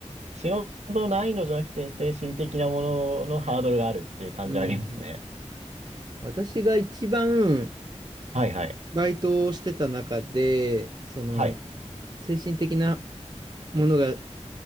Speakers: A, on the right; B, on the right.
A: 仕事難易度じゃなくて、精神的なもののハードルがあるっていう感じはありますね。
B: うん。私が一番
A: はいはい。
B: バイトをしてた中で、その、
A: はい。
B: 精神的なものが